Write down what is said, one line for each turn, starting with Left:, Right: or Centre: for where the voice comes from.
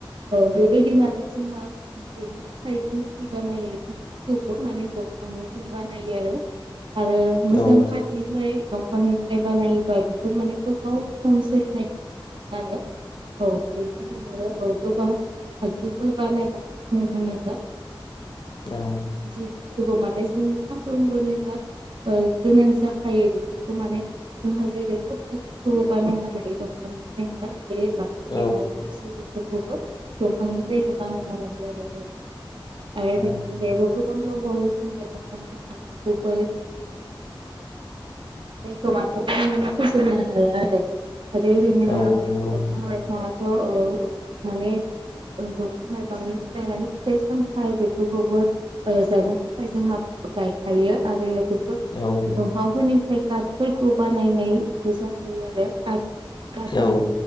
Right: औ बेबायदि <unintelligible> दंफांनिफ्राय बानायो आरो आरो मोजां
Left: औ नंगौ
Right: काटनिफ्राय दंफांनिफ्राय बानायोबा बेफोर माने गोबाव सम जोरनायखौ नुनो मोनो आरो। औ बेबायदिनो औ गोबां आगजुफोर बानायबावनाय नुनो मोनो। <inaudible>
Left: औ
Right: जि बुस्थुखौ माने जों सानफ्रोमबोनि ओ गोनां जाखायो बेफोरखौ माने जोंहा जेरै थबसिफोरखौ बानायना लायो दंफांनिफ्रायनो। बे बाथोन
Left: औ
Right: देनाय थबसि बेफोरखौबो दंफांनिफ्रायनो बानायना लायो आरो। औ आरोे बेनि
Left: औ
Right: अनगायैबो गोबां दंबावो जोंहा माखासे आगजु। जायखौ माने बुंनानै फोजोबनो हाया आरो। आरो इदिनो
Left: नंगौ
Right: दंफां
Left: औ
Right: लाइफाङाथ ओ माने ओ दंफां लाइफांनिफ्राय माने फिथाइ सामथाइ बेफोरखौबो ओ जानो थाखाय जोंहा गायखायो आरो बेफोर
Left: औ
Right: दंफांफोरनिफ्राय आर्ट फोरखौ बानायनायबो जाखायो आरो आर्ट।
Left: औ
Right: कातनि।
Left: औ